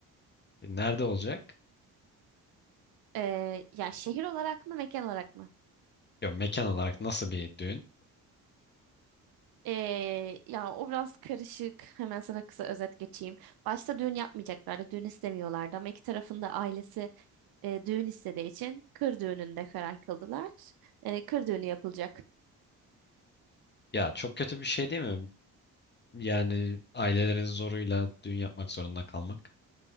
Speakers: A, on the left (about 20°); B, on the right (about 50°).
A: E, Nerede olacak?
B: Ee, ya şehir olarak mı mekan olarak mı?
A: Ya mekan olarak nasıl bir düğün?
B: Ee, ya o biraz karışık. Hemen sana kısa özet geçeyim. Başta düğün yapmayacaklardı. Düğün istemiyorlardı ama iki tarafın da ailesi e, düğün istediği için kır düğününde karar kıldılar. Yani kır düğünü yapılacak.
A: Ya çok kötü bir şey değil mi? Yani ailelerin zoruyla düğün yapmak zorunda kalmak.